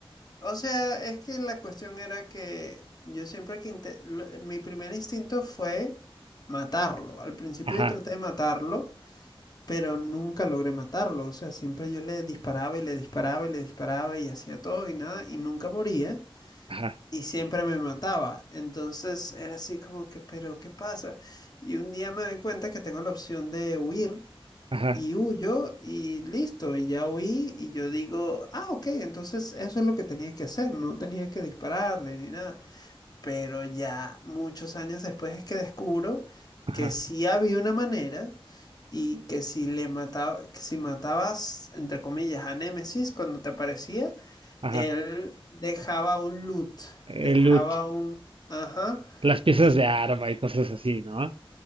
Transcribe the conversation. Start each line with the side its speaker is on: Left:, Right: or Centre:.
Left: O sea, es que la cuestión era que yo siempre que... inte- lo- Mi primer instinto fue matarlo. Al principio
Right: Ajá,
Left: yo traté de matarlo, pero nunca logré matarlo. O sea, siempre yo le disparaba y le disparaba y le disparaba y hacía todo y nada y nunca moría.
Right: ajá,
Left: y siempre me mataba. Entonces era así como que, pero ¿qué pasa? Y un día me doy cuenta que tengo la opción de huir
Right: ajá,
Left: y huyo y listo, y ya huí y yo digo, ah, ok, entonces eso es lo que tenía que hacer, no tenía que dispararle ni nada. Pero ya muchos años después es que descubro
Right: ajá,
Left: que sí había una manera. Y que si le mataba, que si matabas, entre comillas, a Némesis cuando te aparecía,
Right: ajá.
Left: él dejaba un loot, dejaba
Right: El loot,
Left: un... Ajá.
Right: las piezas
Left: Y
Right: de arma y cosas así, ¿no?